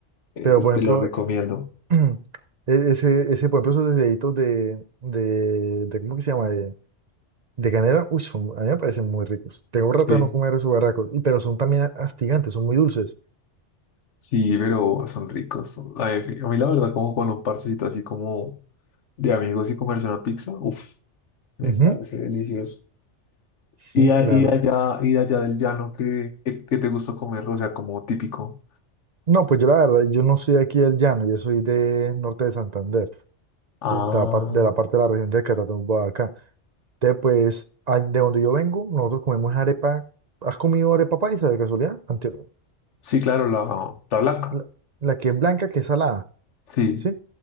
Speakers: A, on the left; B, on the right.
A: Este
B: Pero por ejemplo,
A: lo recomiendo.
B: <clears throat> e- ese, ese, por ejemplo, esos deditos de, de, de, ¿cómo que se llama? De, De canela, uy, son, a mí me parecen muy ricos. Tengo rato
A: Sí.
B: de no comer esos barracos, y, pero son también astigantes, son muy dulces.
A: Sí, pero son ricos. son- A mí, a mí la verdad, como con un parchecito así como de amigos y comerse una pizza, uf, me
B: Ujú.
A: parece delicioso.
B: Sí,
A: Y, a-
B: claro.
A: y allá, y allá del llano, ¿qué, qué, qué te gusta comer? O sea, como típico.
B: No, pues yo la verdad, yo no soy aquí del llano, yo soy de norte de Santander,
A: Ah,
B: ¿sí? De la, par- de la parte de la región de Catatumbo, Boyacá. Entonces, pues, a- de donde yo vengo, nosotros comemos arepa. ¿Has comido arepa paisa de casualidad? Ante-
A: sí, claro, la, la blanca.
B: la, la que es blanca, que es salada,
A: Sí,
B: ¿sí?